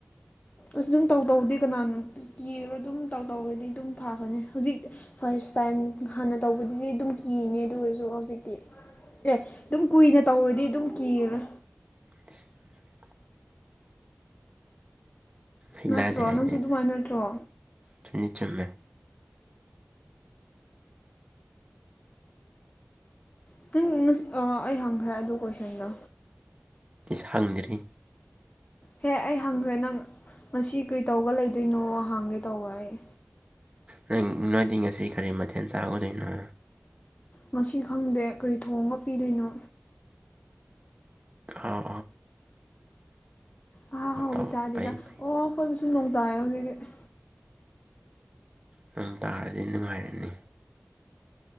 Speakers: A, on the left (about 40°); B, on the right (about 25°).
A: ꯑꯁ ꯑꯗꯨꯝ ꯇꯧ ꯇꯧꯗꯤ ꯀꯅꯥꯅ ꯀꯤꯔ ꯑꯗꯨꯝ ꯇꯧ ꯇꯧꯔꯗꯤ ꯑꯗꯨꯝ ꯐꯥꯈ꯭ꯔꯥꯅꯤ ꯍꯧꯖꯤꯛ ꯐꯥꯔꯁ ꯇꯥꯏꯝ ꯍꯥꯟꯅ ꯇꯧꯕꯗꯗꯤ ꯑꯗꯨꯝ ꯀꯤꯅꯦ ꯑꯗꯨ ꯑꯣꯏꯔꯁꯨ ꯍꯧꯖꯤꯛꯇꯤ ꯑꯦ ꯑꯗꯨꯝ ꯀꯨꯏꯅ ꯇꯧꯔꯗꯤ ꯑꯗꯨꯝ ꯀꯤꯔ
B: <inaudible> ꯍꯅꯥꯗꯦ
A: ꯅꯠꯇ꯭ꯔꯣ
B: ꯑꯩꯅ
A: ꯅꯪꯁꯨ ꯑꯗꯨꯃꯥꯏꯅ ꯅꯠꯇ꯭ꯔꯣ
B: ꯆꯨꯝꯗꯤ ꯆꯨꯝꯃꯦ
A: <unintelligible> ꯑꯩ ꯍꯪꯈ꯭ꯔꯦ ꯑꯗꯨ ꯀꯣꯏꯁꯟꯗꯣ
B: ꯏꯁ ꯍꯪꯗ꯭ꯔꯤ
A: ꯍꯦ ꯑꯩ ꯍꯪꯈ꯭ꯔꯦ ꯅꯪ ꯉꯁꯤ ꯀꯔꯤ ꯇꯧꯔꯒ ꯂꯩꯗꯣꯏꯅꯣ ꯍꯪꯒꯦ ꯇꯧꯕ ꯑꯩ
B: ꯅꯪ ꯅꯣꯏꯗꯤ ꯉꯁꯤ ꯀꯔꯤ ꯃꯊꯦꯜ ꯆꯥꯒꯗꯣꯏꯅꯣ
A: ꯉꯁꯤ ꯈꯪꯗꯦ ꯀꯔꯤ ꯊꯣꯡꯒ ꯄꯤꯗꯣꯏꯅꯣ
B: ꯑꯥꯎ
A: ꯑꯍꯥ ꯍꯥꯎꯕ
B: ꯑꯥꯎ
A: ꯆꯥꯗꯦꯗ
B: <unintelligible> ꯐꯩ ꯐꯩ
A: ꯑꯣ ꯑꯩꯈꯣꯏꯕꯨꯁꯨ ꯅꯣꯡ ꯇꯥꯏꯌꯦ ꯍꯧꯖꯤꯛꯇꯤ
B: ꯅꯪꯡ ꯇꯥꯔꯗꯤ ꯅꯨꯡꯉꯥꯏꯔꯅꯤ